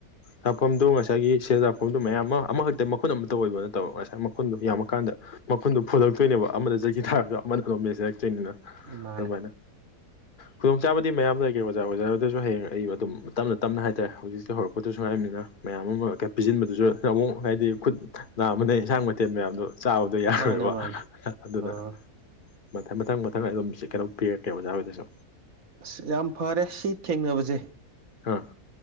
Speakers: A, on the left (about 40°); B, on the right (about 65°).
A: ꯂꯥꯛꯐꯝꯗꯨꯣ ꯉꯁꯥꯏꯒꯤ ꯁꯦꯜ ꯇꯥꯛꯐꯝꯗꯨ ꯃꯌꯥꯝ ꯑꯃꯈꯛꯇ ꯃꯈꯨꯟ ꯑꯃꯇ ꯑꯣꯏꯕ ꯅꯠꯇꯕ ꯉꯁꯥꯏ ꯃꯈꯨꯗꯨ ꯌꯥꯝꯃ ꯀꯥꯟꯗ ꯃꯈꯨꯗꯨꯣ ꯐꯣꯂꯛꯇꯣꯏꯅꯦꯕ ꯑꯃꯗ ꯆꯠꯈꯤ ꯇꯥꯔꯁꯨ ꯑꯃꯅ ꯑꯗꯨꯣꯝ ꯃꯦꯁꯛ ꯆꯩꯤꯡꯅꯤꯅ
B: ꯃꯥꯅꯦ
A: ꯑꯗꯨꯃꯥꯏꯅ ꯈꯨꯗꯣꯡꯆꯥꯥꯕꯗꯤ ꯃꯌꯥꯝ ꯂꯩꯒꯦ ꯑꯣꯖꯥ ꯑꯣꯖꯥꯗꯁꯨ ꯍꯌꯦꯡ ꯑꯩ ꯑꯗꯨꯝ ꯇꯞꯅ ꯇꯞꯅ ꯍꯥꯏꯇꯥꯔꯦ ꯍꯧꯖꯤꯛꯇꯤ ꯍꯧꯔꯛꯄꯗꯁꯨ ꯉꯥꯏꯔꯕꯅꯤꯅ ꯃꯌꯥꯝ ꯑꯃ ꯄꯤꯁꯤꯟꯕꯗꯨꯁꯨ ꯑꯃꯨꯛ ꯍꯥꯏꯗꯤ ꯈꯨꯠ ꯅꯥꯕꯅ ꯑꯦꯟꯁꯥꯡ ꯃꯊꯦꯜ ꯃꯌꯥꯝꯗꯣ ꯆꯥꯕꯗꯣ ꯌꯥꯔꯣꯏꯕ
B: ꯃꯥꯅꯦ ꯃꯥꯅꯦ
A: ꯑꯗꯨꯅ
B: ꯑꯥ
A: ꯃꯊꯪ ꯃꯊꯪ ꯃꯊꯪ ꯑꯩ ꯑꯗꯨꯝ ꯀꯩꯅꯣ ꯄꯤꯔꯛꯀꯦ ꯑꯣꯖꯥ ꯍꯣꯏꯗꯁꯨ
B: ꯑꯁ ꯌꯥꯝ ꯐꯔꯦ ꯁꯤ ꯊꯦꯡꯅꯕꯁꯦ
A: ꯍꯥꯥ